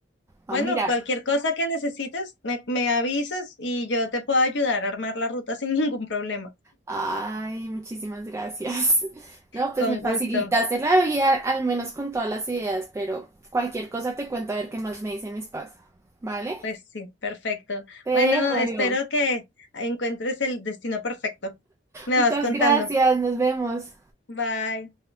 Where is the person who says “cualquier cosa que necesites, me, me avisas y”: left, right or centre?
Left